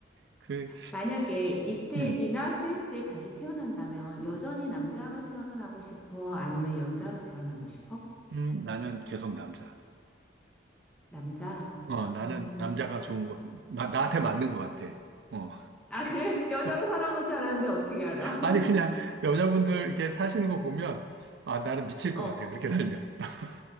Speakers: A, on the right; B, in the centre.
A: 그,
B: 만약에 이태리나
A: 음,
B: 스위스에 다시 태어난다면 여전히 남자로 태어나고 싶어? 아니면 여자로 태어나고 싶어?
A: 음, 나는 계속 남자.
B: 남자.
A: 어, 나는
B: 음.
A: 남자가 좋은 거, 마- 나한테 맞는 것 같아. 어.
B: 아, 그래? 여자로
A: <laughs>
B: 살아보지 않았는데 어떻게 알아?
A: 아니, 그냥 여자분들 이렇게 사시는 거 보면, 아, 나는
B: <laughs>
A: 미칠 것
B: 어.
A: 같아. 그렇게 살면. <laughs>